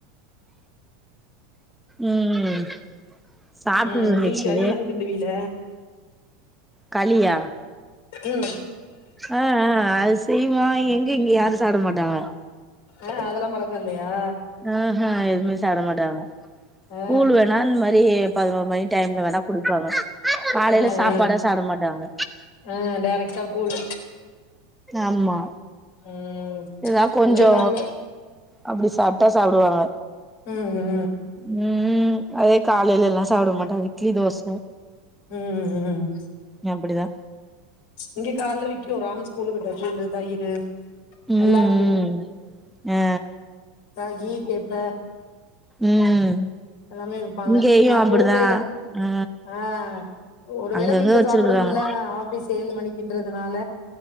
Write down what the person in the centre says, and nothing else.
ம் சாப்ட்டுட்டு
இருந்துச்சு
களியா
ஆ ஆ அது செய்வோ எங்க இங்க யாரு சாப்ட மாட்டாங்க
ஆஹ எதுவுமே சாப்ட மாட்டாங்க
கூழ் வேணா இந்த மாரி பதினோரு மணி டைம்ல வேணா குடிப்பாங்க காலேல
சாப்பாடே
சாப்ட மாட்டாங்க
ஆமா
எதா கொஞ்சோ
அப்டி சாப்ட்டா சாப்டுவாங்க
ம் ம் அது காலேலல்லா சாப்ட மாட்டாரு இட்லி தோச
அப்டிதா
ம்
ம் ஆ
ம்
இங்கேயு
அப்டிதா
ஆ
அங்கங்க
வச்சிருக்குறாங்க